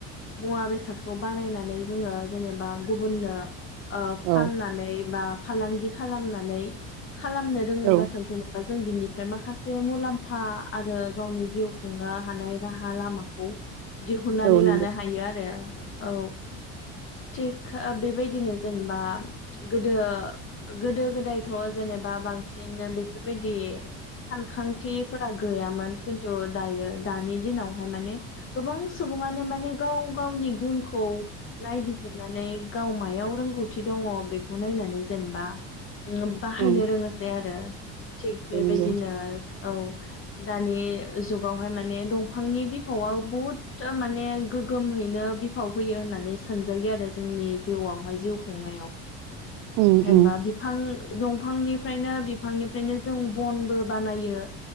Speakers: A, on the left; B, on the right.
A: मुवा बेसादखौ बानायनानै जोंङो जेनेबा गुबुननो ओ फाननानै
B: औ
A: बा फालांगि खालामनानै खालामनो रोङोब्लाथाय
B: नंगौ औ
A: जेने जों बिनिफ्राय माखासे मुलाम्फा आरो गावनि जिउ खुंनो हानाय राहा लामाखौ दिहुननानै
B: औ उम
A: लानो
B: उम औ ओं
A: हायो आरो। औ थिग बेबायदिनो जेनेबा गोदो गोदो गोदायथ' जेनेबा बांसिनो बे बेफोरबायदि सानखांथिफोरा गैया मान थ' दायो दानि दिनाव माने गोबां सुबुङानो माने गाव गावनि गुनखौ नायबिजिरनानै गाव मायाव रोंगौथि दंङ बेखौ नायनानै जेनेबा बाहायनो
B: औ
A: रोङोसैआरो। थिग बेबायदिनो
B: नंगौ
A: औ दानि जुगावहाय माने दंफांनि बिफावआ बहुद माने गोगोमहैनो बिफाव फैयो होननानै सानजायोआरो जोंनि जिउआवहाय जिव खुंनायाव
B: उम
A: जेनबा
B: उम
A: बिफां। दंफांनिफ्रायनो बिफांनि जोंनो जों बनबो बानायो।